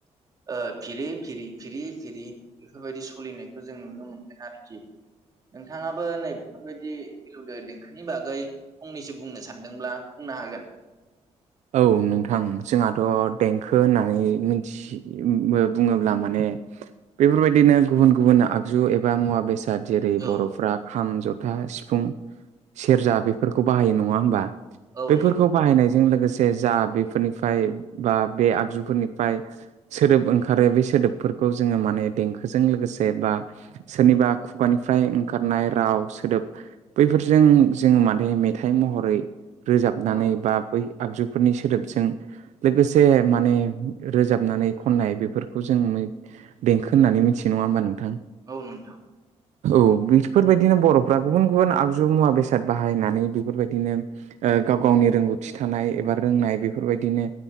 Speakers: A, on the right; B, on the right.
A: ओ फिरि फिरि फिरि फिरि बेफोरबायदि सलिनायखौ जों नुनो मोनो। आरोखि। नोंथाङाबो नैबेफोरबायदि मिलौदो देंखोनि बागै फंनैसो बुंनो सानदोंब्ला बुंनो हागोन।
B: औ नोंथां जोंहाथ' देंखो होननानै मिन्थि बुङोब्ला माने बेफोरबायदिनो गुबुन गुबुन आगजु एबा मुवा बेसाद दा जेरै
A: औ
B: बर'फ्रा खाम, जथा, सिफुं, सेरजा बेफोरखौ बाहायो नङा होमबा।
A: औ
B: बेफोरखौ
A: नंगौ
B: बाहायनायजों लोगो सेे जा बेफोरनिफ्राय बा बे आगजुफोरनिफ्राय सोदोब ओंखारो बे सोदोबफोरखौ जोङो माने देंखोजों लोगोसे बा सोरनिबा खुगानिफ्राय ओंखारनाय राव सोदोब बैफोरजों जोङो माने मेथाइ महरै रोजाबनानै
A: औ
B: बा बै आगजुफोरनि सोदोबजों लोगोसे माने रोजाबनानै खननाय बेफोरखौ जों देंखो होनना‌ मिन्थियो नङा होमबा नोंथां।
A: औ नोंथां।
B: औ बेफोरबायदिनो बर'फ्रा गुबुन गुबुन आगजु मुवा बेसाद बाहायनानै बेफोरबायदिनो। ओ गाव गावनि रोंगौथि थानाय एबा रोंनाय बेफोरबायदिनो